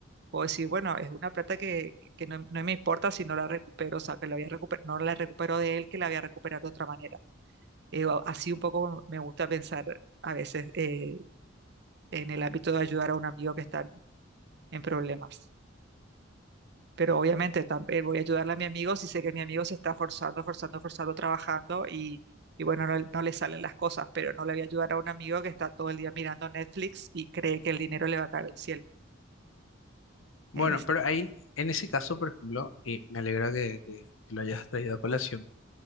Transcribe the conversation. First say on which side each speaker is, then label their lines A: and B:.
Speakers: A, on the right (about 55°); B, on the left (about 80°).
A: puedo decir, bueno, es una plata que, que no, no me importa si no la recupero, o sea, que la voy a recuper- no la recupero de él, que la voy a recuperar de otra manera. Eh, o- así un poco me gusta pensar a veces eh, en el ámbito de ayudar a un amigo que está en en problemas. pero obviamente también voy a ayudarle a mi amigo si sé que mi amigo se está forzando, forzando, forzando, trabajando y, y bueno, no, no le salen las cosas, pero no le voy a ayudar a un amigo que está todo el día mirando Netflix y cree que el dinero le va a caer del cielo.
B: Bueno,
A: Es-
B: pero ahí, en ese caso, por ejemplo, y me alegra que, que- que lo hayas traído a colación.